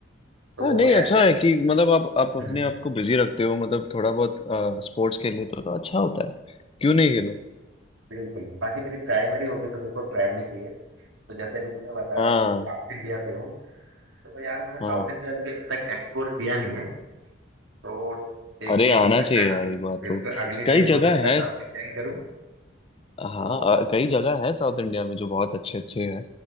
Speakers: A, on the right (about 75°); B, on the left (about 25°).
A: तो
B: हाँ नहीं अच्छा
A: ऐसा
B: है कि मतलब आप आप अपने
A: हम्म
B: आप को बिजी रखते हो मतलब थोड़ा बहुत स्पोर्ट्स खेल लेते हो तो अच्छा होता है क्यों नहीं खेलो
A: बिल्कुल नहीं। बाकी मेरी प्राइमरी हॉबी तो देखो ट्रैवलिंग ही है तो जैसे अभी तुमने बताया
B: हाँ
A: कि तुम साउथ इंडिया से हो तो यार मैंने साउथ
B: हाँ
A: इंडिया अभी तक एक्सप्लोर किया नहीं है तो देखते
B: अरे
A: हैं
B: आना
A: हो सकता
B: चाहिए
A: है
B: यार
A: अगली
B: एक बार
A: बिल्कुल
B: तो
A: अगली ट्रिप
B: कई
A: हो
B: जगह
A: सकता है
B: है
A: साउथ इंडिया की करूँ
B: हाँ
A: तो
B: अ, कई जगह है साउथ इंडिया में जो बहुत अच्छे अच्छे हैं